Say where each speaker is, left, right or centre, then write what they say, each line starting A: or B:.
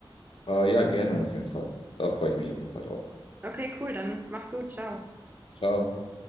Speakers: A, on the left (about 75°); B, on the right (about 20°).
A: Äh, ja, gerne auf jeden Fall. Da freue ich mich auf jeden Fall drauf.
B: Okay, cool. Dann mach's gut. Ciao.
A: Ciao.